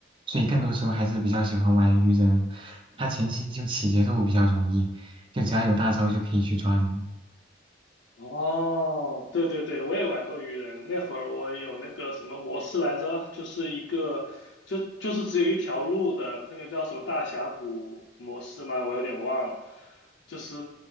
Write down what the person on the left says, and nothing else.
哦，对对对，我也玩过鱼人。那会儿我有那个什么模式来着，就是一个就就是只有一条路的那个叫什么大峡谷模式吗？我有点忘了，就是